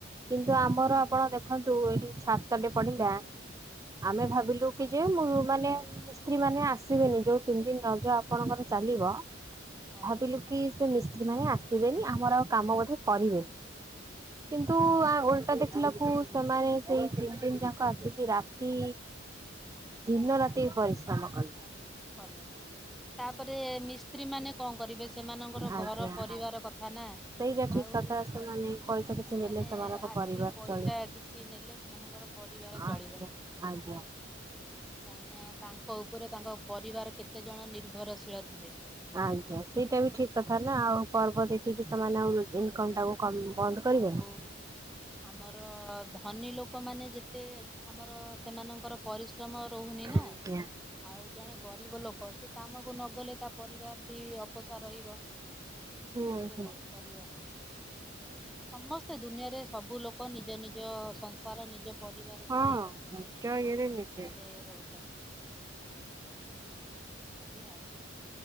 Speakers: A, on the right; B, in the centre.
A: କିନ୍ତୁ ଆମର
B: ସେମିତି।
A: ଆପଣ ଦେଖନ୍ତୁ ଏଠି ଛାତଟେ ପଡ଼ିଲା
B: ହ।
A: ଆମେ ଭାବିଲୁ କି ଯେ ମୁଁ ମାନେ ମିସ୍ତ୍ରୀ ମାନେ ଆସିବେନି ଯୋଉ ତିନି ଦିନ ରଜ ଆପଣଙ୍କର ଚାଲିବ
B: ଆଜ୍ଞା
A: ଭାବିଲୁ କି ସେ ମିସ୍ତ୍ରୀ ମାନେ ଆସିବେନି ଆମର ଆଉ କାମ ମଧ୍ୟ କରିବେନି। କିନ୍ତୁ
B: ଆଜ୍ଞା
A: ଓଲଟା ଦେଖିଲାକୁ ସେମାନେ ସେଇ ତିନି ଦିନ ଯାକ ଆସିକି ରା ତି ଦିନ ରାତି ପରିଶ୍ରମ କଲେ।
B: କଲେ। ତାପରେ ମିସ୍ତ୍ରୀ ମାନେ କଣ କରିବେ ସେମାନଙ୍କର
A: ଆଜ୍ଞା
B: ଘର ପରିବାର
A: ଆଜ୍ଞା।
B: କଥା ନା
A: ସେଇଟା ଠିକ
B: ଆଉ
A: କଥା ସେମାନେ ପଇସା କିଛି
B: ମାନେ
A: ନେଲେ ସେମାନଙ୍କ
B: ଆସି
A: ପରିବାର
B: ପଇସା
A: ଚଳିବ।
B: କିଛି କିଛି ନେଲେ ସେମାନଙ୍କର ପରିବାର ଚଳିବ।
A: ଆଜ୍ଞା ଆଜ୍ଞା
B: କାହିଁ ନା ତାଙ୍କ ଉପରେ ତାଙ୍କ ପରିବାର କେତେ ଜଣ ହଁ ନିର୍ଭରଶୀଳ ଥିବେ।
A: ଆଜ୍ଞା ସେଇଟା ବି ଠିକ୍ କଥା ନା ଆଉ ପର୍ବ ଦେଖିକି ସେମାନେ ଆଉ ଇନକମ ଟାକୁ କମ ବନ୍ଦ
B: ଆଉ
A: କରିବେନି।
B: ଆମର ଧନୀ ଲୋକମାନେ ଯେତେ ଆମର ସେମାନଙ୍କର ପରିଶ୍ରମ ରହୁନି ନା।
A: ଆଜ୍ଞା।
B: ଆଉ ଜଣେ ଗରିବ ଲୋକ ସେ କାମକୁ ନଗଲେ ତା ପରିବାର ବି ଅପୋସା ରହିବ।
A: ହୁଁ
B: ସେ
A: ହୁଁ
B: କଣ କରିବ? ସମସ୍ତେ ଦୁନିଆରେ ସବୁ ଲୋକ ନିଜ ନିଜ ସଂସାର ନିଜର ପରିବାରକୁ
A: ହଁ
B: ନେଇ ସମସ୍ତେ
A: ନିଜ
B: ଚିନ୍ତାରେ
A: ଇଏରେ ନିଜେ
B: ରହୁଛନ୍ତି। ଏ କରିି ଆଉ